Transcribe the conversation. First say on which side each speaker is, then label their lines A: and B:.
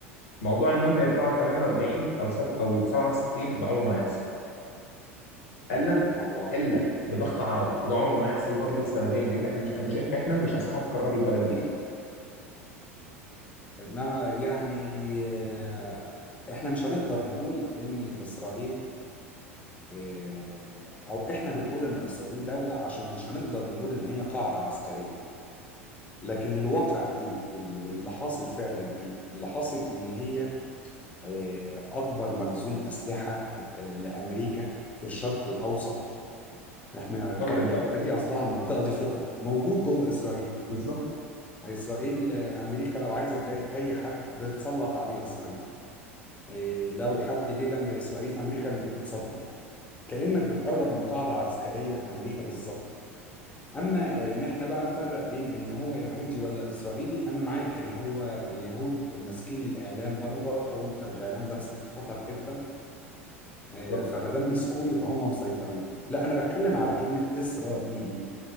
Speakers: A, on the left (about 75°); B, on the left (about 20°).
A: موضوع ان هم يرجعوا ل 48 او سب او 67 ده عمره ما يحصل الا
B: ما هو
A: الا بضغط عربي وده عمره ما يحصل برضه لسببين لان احنا مش مش احنا مش اصحاب قرار البلد دي
B: ما يعني آه، احنا مش هنقدر نقول ان اسرائيل آه، او احنا بنقول ان اسرائيل دولة عشان مش هنقدر نقول ان هي قاعدة عسكرية لكن الواقع ايه اللي اللي حاصل فعلا ايه اللي حاصل ان هي آه، اكبر مخزون اسلحة آه، لامريكا في الشرق الاوسط احنا
A: شاورت
B: بقى- الحتة
A: بقى
B: دي اصلها المنطقة دي خطر موجود جوه اسرائيل
A: بالظبط
B: اسرائيل آه، امريكا لو عايزة تضايق اي حد بتسلط عليه اسرائيل آه، لو حد جه جنب اسرائيل امريكا اللي بتتصدر كأنك بتقرب من قاعدة عسكرية لأمريكا بالظبط اما ان احنا بقى نفرق بين ان هو يهودي ولا اسرائيلي انا معاك ان هو اليهود ماسكين الاعلام بره وانت الاعلام ده سلاح خطر جدا آه،
A: بالظبط
B: فمادام مسكوه يبقى هم مسيطرين لا انا بتكلم على كلمه اسرائيلي